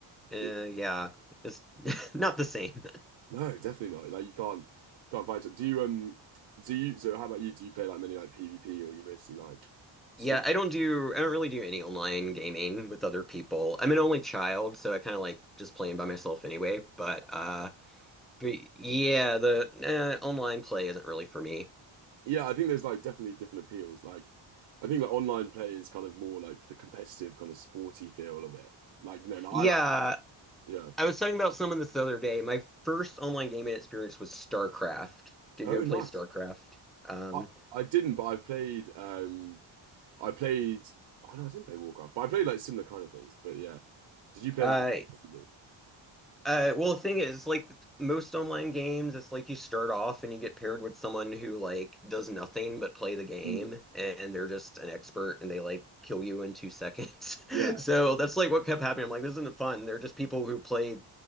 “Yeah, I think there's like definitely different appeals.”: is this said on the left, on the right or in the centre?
Right